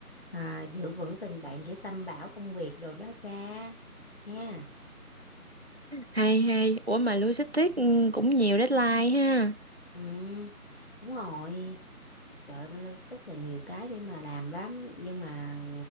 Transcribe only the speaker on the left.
à, giữ vững tình bạn giữ tâm bảo công việc đồ đó cha ha
ừ đúng rồi Trời ơi, bên logistics là nhiều cái để mà làm lắm nhưng mà